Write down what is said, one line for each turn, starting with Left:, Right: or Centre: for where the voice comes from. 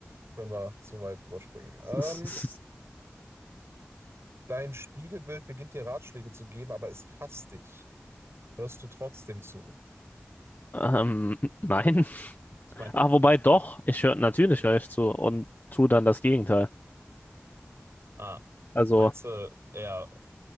Right: können wir so weit überspringen. Ähm,
Left: <laughs>
Right: dein Spiegelbild beginnt dir Ratschläge zu geben, aber es hasst dich. Hörst du trotzdem zu?
Left: Ähm, nein.
Right: Ich meine,
Left: Ah, wobei doch, ich höre natürlich höre ich zu und tue dann das Gegenteil.
Right: Ah,
Left: Also
Right: meinst du, er